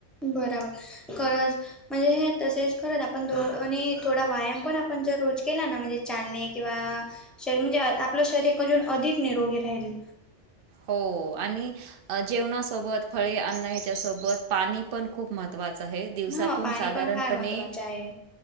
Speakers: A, in the centre; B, on the right (about 60°).
A: बराबर खरच म्हणजे हे तसेच खरंच आपण दो आणि. थोडा व्याया पण आपण रोज केला ना म्हणजे चालणे किंवा शरीर म्हणजे आपलं शरीर अजून अधिक निरोगी राहील.
B: हो आणि जेवणासोबत फळे अन्ण ह्याच्यासोबत पाणी. पण खूप महत्त्वाचा आहे दिवसातून
A: ह पाणी
B: साधारणपणे.
A: पण फार महत्त्वाचे आहे